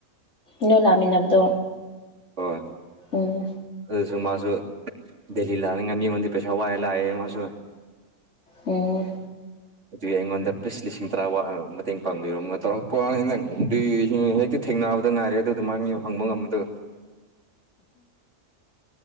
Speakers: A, on the left; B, on the right.
A: ꯅꯣꯏꯂꯥꯛꯃꯤꯟꯅꯕꯗꯣ
B: ꯍꯣꯏ
A: ꯑꯣ
B: ꯑꯗꯨꯁꯨ ꯃꯥꯁꯨ ꯗꯦꯜꯍꯤ ꯂꯛꯅꯤꯉꯥꯏ ꯃꯤꯉꯣꯟꯗꯩ ꯄꯩꯁꯥ ꯋꯥꯏꯔ ꯂꯛꯑꯦꯌꯦ ꯃꯥꯁꯨ
A: ꯑꯣ
B: ꯑꯗꯨꯒꯤ ꯑꯩꯉꯣꯟꯗ ꯄꯤꯁ ꯂꯤꯁꯤꯡ ꯇꯔꯥ ꯃꯇꯦꯡ ꯄꯥꯡꯕꯤꯔꯣ ꯇꯧꯔꯛꯄꯅꯤ ꯅꯪ ꯫ <unintelligible> ꯊꯦꯡꯅꯕꯗ ꯉꯥꯏꯔꯤ ꯑꯗꯨꯃꯥꯏꯅ ꯍꯪꯕ ꯉꯝꯕꯗꯣ